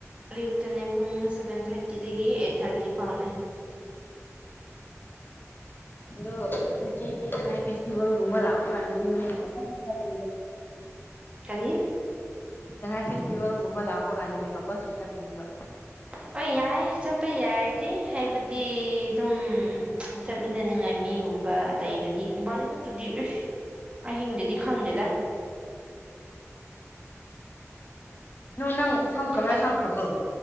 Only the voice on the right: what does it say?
ꯑꯌꯨꯛꯇꯅꯦ ꯄꯨꯡ ꯁꯚꯦꯟ ꯊꯥꯔꯇꯤꯗꯒꯤ ꯑꯩꯠ ꯊꯥꯔꯇꯤ ꯐꯥꯎꯅꯦ
ꯗꯤ
ꯍꯣꯏ ꯌꯥꯏ ꯆꯠꯄ ꯌꯥꯔꯗꯤ ꯍꯥꯏꯕꯗꯤ ꯑꯗꯨꯝ ꯆꯠꯃꯤꯟꯅꯅꯤꯡꯉꯥꯏ ꯃꯤꯒꯨꯝꯕ ꯂꯩꯔꯗꯤ ꯏꯕꯥꯅꯤ ꯈꯛꯇꯨꯗꯤ ꯎꯁ ꯑꯍꯤꯡꯗꯨꯗꯤ ꯈꯪꯗꯦꯗ
ꯑꯗꯨ